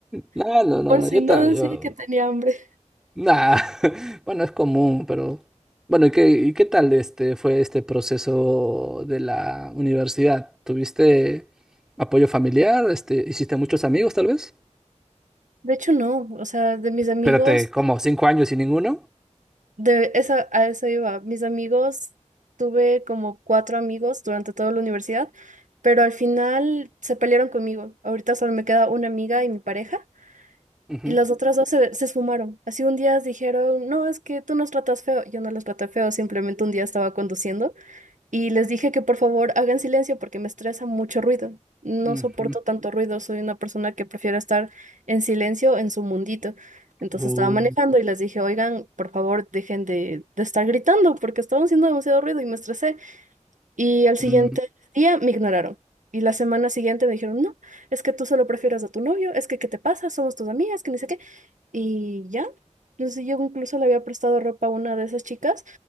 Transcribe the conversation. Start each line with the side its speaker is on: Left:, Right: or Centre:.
Centre: No, no, no,
Right: por
Centre: no,
Right: si
Centre: yo
Right: no
Centre: también,
Right: decía
Centre: yo...
Right: que tenía hambre.
Centre: Nah. <laughs> Bueno, es común, pero... Bueno, ¿y qué, y qué tal este, fue este proceso de la universidad? ¿Tuviste apoyo familiar? Este, ¿hiciste muchos amigos, tal vez?
Right: De hecho, no, o sea, de mis amigos,
Centre: Espérate, ¿cómo? ¿Cinco años sin ninguno?
Right: de esa, a eso iba, mis amigos, tuve como cuatro amigos durante toda la universidad, pero al final se pelearon conmigo. Ahorita solo me queda una amiga y mi pareja,
Centre: Ujú,
Right: y las otras dos se, se esfumaron. Así un día dijeron, no, es que tú nos tratas feo. Yo no los traté feo, simplemente un día estaba conduciendo. y les dije que por favor hagan silencio porque me estresa mucho ruido. No
Centre: ujú.
Right: soporto tanto ruido, soy una persona que prefiere estar en silencio en su mundito. Entonces
Centre: Uh,
Right: estaba manejando y les dije, oigan, por favor dejen de, de estar gritando porque estaban haciendo demasiado ruido y me estresé. Y al
Centre: mm,
Right: siguiente día me ignoraron. Y la semana siguiente me dijeron, no, es que tú solo prefieres a tu novio, es que ¿qué te pasa? Somos tus amigas, que ni sé qué. Y ya. Entonces yo incluso le había prestado ropa a una de esas chicas